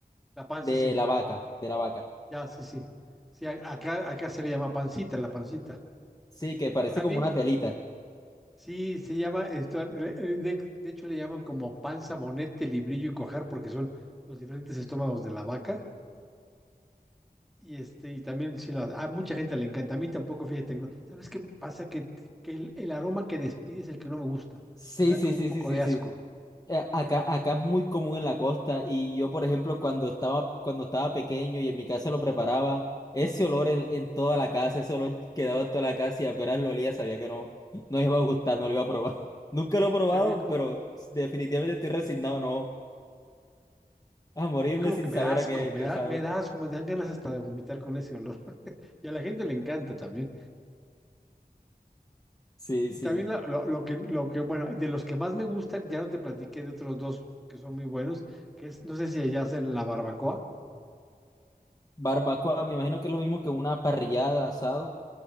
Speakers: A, in the centre; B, on the left.
A: La panza,
B: de
A: sí.
B: la vaca, de la vaca.
A: Ya, sí, sí. Sí, a- acá, acá se le llama pancita, la pancita.
B: Sí, que parece
A: También,
B: como una
A: es-
B: telita.
A: sí, se llama, esto, le- eh, de, de hecho le llaman como panza, bonete, librillo y cojar, porque son los diferentes estómagos de la vaca. Y este, y también sí, la- a mucha gente le encanta. A mí tampoco, fíjate, no. ¿Sabes qué pasa? Que, que el, el aroma que despide es el que no me gusta.
B: Sí,
A: Me da
B: sí,
A: como
B: sí,
A: un poco
B: sí, sí,
A: de asco.
B: sí. Eh, Acá, acá es muy común en la costa y yo, por ejemplo, cuando estaba, cuando estaba pequeño y en mi casa lo preparaba, ese olor en, en toda la casa, ese olor quedaba en toda la casa y apenas lo olía sabía que no, no iba a gustar, no lo iba a probar. <laughs> Nunca lo he probado,
A: Sí, a mí como
B: pero definitivamente estoy resignado, no, a morirme
A: A mí como
B: sin
A: que me
B: saber
A: da asco,
B: a qué,
A: me
B: qué
A: da,
B: sabe.
A: me da asco, me dan ganas hasta de vomitar con ese olor. Y a la gente le encanta también.
B: Sí,
A: Y
B: sí.
A: también la- lo, lo que, lo que, bueno, de los que más me gustan, ya no te platiqué de otros dos que son muy buenos, que es, no sé si allá hacen la barbacoa.
B: Barbacoa, me imagino que es lo mismo que una parrillada, asado.